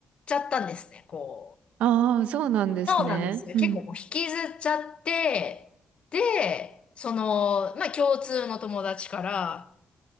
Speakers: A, on the left; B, on the right.
A: ちゃったんですね、こう。
B: あー、そうなんですね。
A: そうなんですよ。
B: うん。
A: 結構こう引きずっちゃって、で、その、まあ共通の友達から、